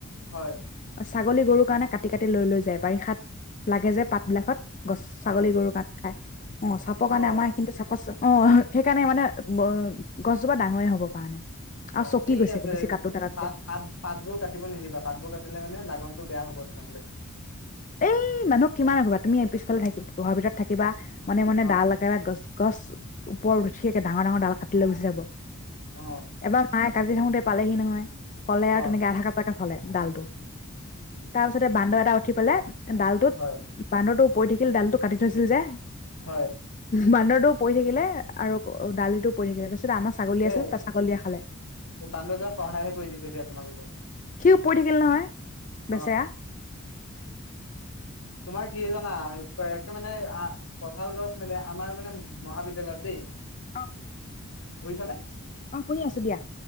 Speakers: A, on the left (about 85°); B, on the left (about 35°).
A: হয়
B: ছাগলী গৰু কাৰণে কাটি কাটি লৈ লৈ যায় বাৰিষাত লাগে যে পাত বিলাকত গছ ছাগলী
A: হয়,
B: গৰু গাত খাই অ চাপৰ
A: অ',
B: কাৰণে আমাৰ সেইখিনতে চাপ অ সেইকাৰণে মানে গছজোপা ডাঙৰেই হ'ব পৰা নাই আৰু
A: অ
B: চকি
A: ঠিক
B: গৈছে
A: আছে
B: বেছি কাটোতে কাটোতে
A: পাত পাত পাতবোৰ কাটিব নিদিবা পাতবোৰ কাটিলে মানে লাগন টো বেয়া হব নহ'লে
B: এই মানুহক কিমান ৰাখিবা তুমি এ পিছফালে থাকিব ঘৰৰ ভিতৰত থাকিবা মনে মনে
A: অ',
B: ডাল একেবাই গছ গছ ওপৰত উঠি ডাঙৰ ডাঙৰ ডাল কাটিলৈ গুচি যাব
A: অ',
B: এবাৰ মায়ে কাটি‌ থাকোতে পালেহি নহয় কলে
A: অ',
B: আৰু তেনেকে আধা কাপ হলে ডালটো
A: উম,
B: তাৰপিছতে বান্দৰ এটা উঠি পেলাই ডালটোত
A: হয়,
B: বান্দৰটো পৰি থাকিল দালটো কাটি থৈছিল যে
A: হয়
B: বান্দৰটো পৰি থাকিলে আৰু দালটো পৰি থাকিলে আমাৰ ছাগলী
A: এই
B: আছিল ত ছাগলীয়ে খালে
A: এই বান্দৰটোৱে সহায়হে কৰি দিছে দিয়া তোমালোকক
B: সি ও পৰি থাকিল নহয়
A: অ',
B: বেচেৰা
A: তোমাৰ কি জানা একে মানে কঠাল গছ মানে আমাৰ মানে মহাবিদ্যয়ালয়ত দেই
B: অ
A: বুজিছানে?
B: অ শুনি আছো দিয়া